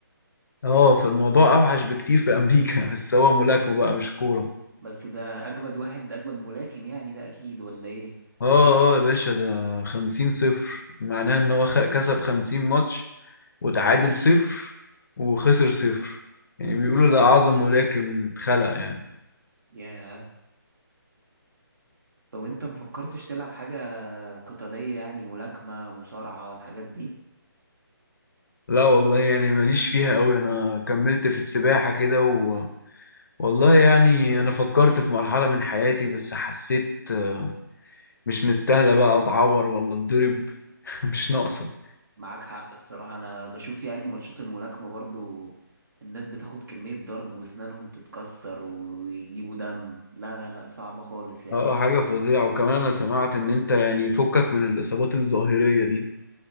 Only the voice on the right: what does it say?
بس ده أجمد واحد ده أجمد ملاكم يعني ده أكيد ولا إيه
ياه طب أنت ما فكرتش تلعب حاجة قتالية يعني ملاكمة مصارعة الحاجات دي
معاك حق الصراحة أنا بشوف يعني ماتشات الملاكمة برضو الناس بتاخد كمية ضرب وأسنانهم تتكسر ويجيبوا دم لا لا لا صعبة خالص يعني